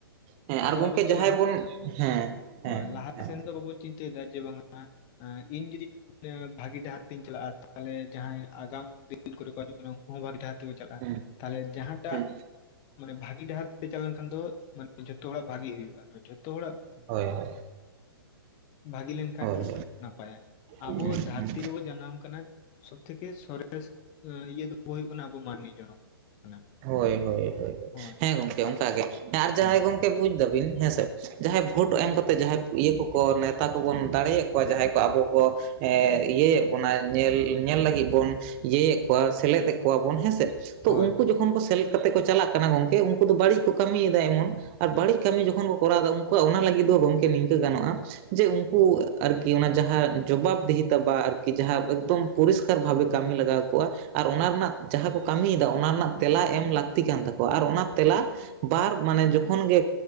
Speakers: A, on the right; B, on the left.
A: ᱦᱮᱸ
B: ᱟᱫᱚ
A: ᱟᱨ ᱜᱚᱢᱠᱮ
B: ᱟᱵᱚ ᱫᱚ
A: ᱡᱟᱦᱟᱸᱭ
B: ᱞᱟᱦᱟ
A: ᱵᱚᱱ ᱦᱮᱸ ᱦᱮᱸ
B: ᱦᱳᱭ ᱞᱟᱦᱟ
A: ᱦᱮᱸ
B: ᱥᱮᱱ ᱫᱚ ᱵᱟᱵᱚ ᱪᱤᱱᱛᱟᱹᱭᱮᱫᱟ ᱡᱮ ᱵᱟᱝ ᱦᱟᱜ ᱟᱸ ᱤᱧ ᱡᱩᱫᱤ ᱵᱷᱟᱹᱜᱤ ᱰᱟᱦᱟᱨ ᱛᱤᱧ ᱪᱟᱞᱟᱜᱼᱟ ᱛᱟᱦᱚᱞᱮ ᱡᱟᱦᱟᱸᱭ ᱟᱜᱟᱢ ᱫᱤᱱ ᱠᱚᱨᱮ ᱠᱚ ᱦᱤᱡᱩᱜ ᱠᱟᱱᱟ ᱦᱚᱸ ᱵᱷᱟᱜᱤ ᱰᱟᱦᱟᱨ ᱛᱮᱵᱚ ᱪᱟᱞᱟᱜᱼᱟ
A: ᱦᱮᱸ
B: ᱛᱟᱦᱚᱞᱮ ᱡᱟᱦᱟᱸᱴᱟᱜ
A: ᱦᱮᱸ
B: ᱢᱟᱱᱮ ᱵᱷᱟᱜᱤ ᱰᱟᱦᱟᱨ ᱛᱮ ᱪᱟᱞᱟᱣ ᱵᱷᱟᱜᱤ ᱰᱟᱦᱟᱨ ᱛᱮ ᱯᱮ ᱪᱟᱞᱟᱣ ᱞᱮᱱᱠᱷᱟᱱ ᱫᱚ ᱢᱟᱱᱮ ᱡᱷᱚᱛᱚ ᱦᱚᱲᱟᱜ ᱵᱷᱟᱜᱤ ᱦᱩᱭᱩᱜᱭᱼᱟ, ᱡᱷᱚᱛᱚ ᱦᱚᱲᱟᱜ
A: ᱦᱳᱭ ᱦᱳᱭ᱾
B: ᱵᱷᱟᱹᱜᱤ ᱞᱮᱱᱠᱷᱟᱱ
A: ᱦᱳᱭ
B: ᱱᱟᱯᱟᱭᱟ᱾ ᱟᱵᱚ
A: ᱦᱳᱭ
B: ᱫᱷᱟᱹᱨᱛᱤ ᱨᱮᱵᱚ ᱡᱟᱱᱟᱢ ᱠᱟᱱᱟ ᱥᱚᱵ ᱛᱷᱮᱠᱮ ᱥᱚᱨᱮᱥ ᱮᱸ ᱤᱭᱟᱹ ᱫᱚᱵᱚ ᱦᱩᱭᱩᱜ ᱠᱟᱱᱟ ᱢᱟᱹᱱᱢᱤ ᱡᱚᱱᱚᱢ ᱠᱟᱱᱟ
A: ᱦᱳᱭ ᱦᱳᱭ ᱦᱚᱭ
B: ᱦᱳᱭ
A: ᱦᱮᱸ ᱜᱚᱢᱠᱮ
B: ᱟᱫᱚ
A: ᱚᱱᱠᱟ ᱜᱮ ᱟᱨ ᱡᱟᱦᱟᱸᱭ
B: ᱦᱮᱸ
A: ᱜᱚᱝ ᱠᱮ ᱵᱩᱡ ᱫᱟᱹᱵᱤᱱ ᱦᱮᱸ ᱥᱮ ᱡᱟᱦᱟᱸᱭ ᱵᱷᱳᱴ ᱮᱢ ᱠᱟᱛᱮᱫ ᱡᱟᱦᱟᱸᱭ ᱤᱭᱟᱹ ᱠᱚᱠᱚ ᱱᱮᱛᱟ ᱠᱚᱵᱚᱱ ᱫᱟᱲᱮᱭᱟ ᱠᱚᱣᱟ, ᱡᱟᱦᱟᱸᱭ ᱠᱚ ᱟᱵᱚ ᱠᱚ ᱤᱭᱟᱹᱭᱮᱫ ᱵᱚᱱᱟ ᱧᱮᱞ, ᱧᱮᱞ ᱞᱟᱹᱜᱤᱫ ᱵᱚᱱ ᱤᱭᱟᱹᱭᱮᱫ ᱠᱚᱣᱟ ᱥᱮᱞᱮᱫ ᱠᱚ ᱠᱟᱣᱟ ᱵᱚᱱ ᱦᱮᱸᱥᱮ ᱛᱚ
B: ᱦᱳᱭ
A: ᱩᱱᱠᱩ
B: ᱦᱳᱭ
A: ᱡᱚᱠᱷᱚᱱ ᱠᱚ ᱠᱚᱣᱟ ᱵᱚᱱ ᱥᱮᱞᱮᱫ ᱠᱟᱛᱮ ᱠᱚ ᱪᱟᱞᱟᱜ ᱠᱟᱱᱟ ᱜᱚᱝᱠᱮ ᱩᱱᱠᱩ ᱫᱚ ᱵᱟᱹᱲᱤᱡ ᱠᱚ ᱠᱟᱹᱢᱤ ᱭᱮᱫᱟ ᱮᱢᱚᱱ ᱟᱨ ᱵᱟᱹᱲᱤᱡ ᱠᱟᱹᱢᱤ ᱡᱚᱠᱷᱚᱱ ᱠᱚ ᱠᱚᱨᱟᱣ ᱫᱟ ᱩᱱᱠᱩᱣᱟᱜ ᱚᱱᱟ ᱞᱟᱹᱜᱤᱫ ᱫᱚ ᱜᱚᱝᱠᱮ ᱱᱤᱝᱠᱟᱹ ᱜᱟᱱᱚᱜᱼᱟ, ᱡᱮ ᱩᱱᱠᱩ ᱟᱨᱠᱤ ᱚᱱᱟ ᱡᱟᱦᱟᱸ ᱡᱚᱵᱟᱵ ᱫᱤᱦᱤ ᱛᱟᱵᱟ ᱟᱨᱠᱤ ᱡᱟᱦᱟᱸ ᱮᱠᱫᱚᱢ ᱯᱚᱨᱤᱥᱠᱟᱨ ᱵᱷᱟᱵᱮ ᱠᱟᱹᱢᱤ ᱞᱟᱜᱟᱣ ᱠᱚᱣᱟ ᱟᱨ ᱚᱱᱟ ᱨᱮᱱᱟᱜ ᱡᱟᱦᱟᱸ ᱠᱚ ᱠᱟᱹᱢᱤ ᱭᱮᱫᱟ ᱚᱱᱟ ᱨᱮᱱᱟᱜ ᱛᱮᱞᱟ ᱮᱢ ᱞᱟᱹᱠᱛᱤ ᱠᱟᱱ ᱛᱟᱠᱚᱣᱟ, ᱟᱨ ᱚᱱᱟ ᱛᱮᱞᱟ ᱵᱟᱨ ᱢᱟᱱᱮ ᱡᱚᱠᱷᱚᱱ ᱜᱮ